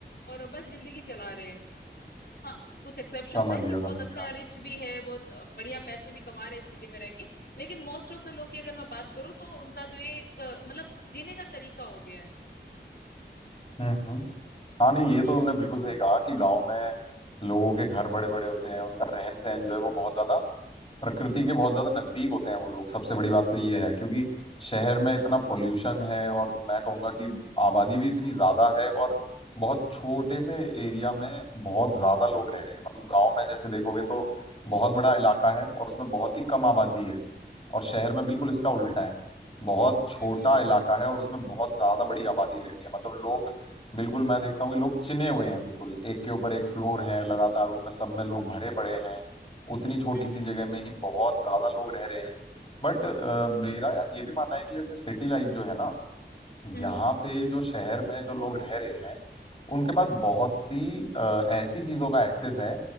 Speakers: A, on the left (about 60°); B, on the left (about 30°).
A: और बस जिंदगी चला रहे हैं हाँ कुछ एक्सेप्शंस
B: समझ
A: है
B: गया
A: कि बहुत
B: समझ
A: अच्छा
B: गया
A: रिच भी है बहुत अ, बढ़िया पैसे भी कमा रहे हैं सिटी में रह के लेकिन मोस्ट ऑफ द लोग की अगर मैं बात करूँ तो उनका जो ये एक अ, मतलब जीने का तरीका हो गया है
B: हम्म हम्म हाँ नहीं ये
A: हम्म
B: तो तुमने बिल्कुल सही कहा कि गांव में लोगों के घर बड़े बड़े होते हैं उनका रहन सहन जो है वो बहुत ज्यादा प्रकृति के बहुत ज्यादा नजदीक होते हैं वो लोग सबसे बड़ी बात तो ये है क्योंकि शहर में इतना पोल्यूशन है और मैं कहूंगा कि आबादी भी इतनी ज्यादा है और बहुत छोटे से एरिया में बहुत ज्यादा लोग रह रहे हैं मतलब गांव में जैसे देखोगे तो बहुत बड़ा इलाका है और उसमें बहुत ही कम आबादी है और शहर में
A: बिल्कुल
B: बिल्कुल इसका उल्टा है बहुत छोटा
A: हम्म हम्म
B: इलाका है और उसमें बहुत ज्यादा बड़ी आबादी रह रही है मतलब लोग बिल्कुल मैं देखता हूँ कि लोग चिने हुए हैं बिल्कुल एक के ऊपर एक फ्लोर है लगातार उनमें सब में लोग भरे पड़े हैं उतनी छोटी
A: हम्म
B: सी जगह में ही बहुत ज्यादा लोग रह रहे हैं बट uh, मेरा यार ये भी मानना है कि जैसे सिटी लाइफ जो है ना
A: हम्म
B: यहाँ
A: हम्म
B: पे जो शहर में जो लोग रह रहे हैं उनके पास
A: हम्म
B: बहुत सी अ, ऐसी चीजों का एक्सेस है